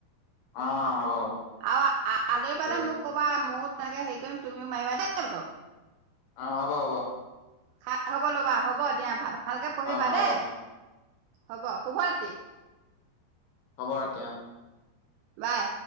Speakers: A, on the left (about 80°); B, on the right (about 80°).
A: অ হ'ব হ'ব
B: আৰু আজৰি
A: ঠিক
B: পালে
A: আছে
B: মোক ক'বা মোৰ। তেনেকে হেৰি কৰিম তুমিও মাৰিবা দে বোলো।
A: অ' হ'ব, হ'ব।
B: খাই হওঁক। <unintelligible> ল'বা হ'ব দিয়া, ভালকে পঢ়িবা
A: অ হ'ব
B: দেই হ'ব, শুভৰাত্ৰি।
A: শুভৰাত্ৰি।
B: বাই।